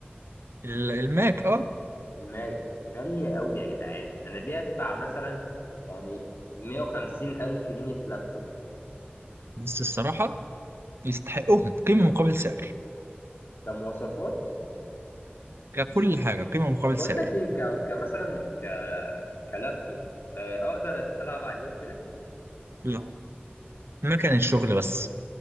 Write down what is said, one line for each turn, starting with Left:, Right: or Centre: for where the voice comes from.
Right: ال- الماك اه
Left: الماك غالية قوي يا جدعان انا ليه ادفع مثلا يعني 150 الف جنيه في لابتوب
Right: بس الصراحه يستحقوهم قيمه مقابل سعر
Left: كمواصفات
Right: ككل حاجه قيمه مقابل
Left: طب بقول
Right: سعر
Left: لك ايه ك... كمثلا ك... كلابتوب آه، اقدر أس- العب عليه وكده
Right: لا ما كانت شغل بس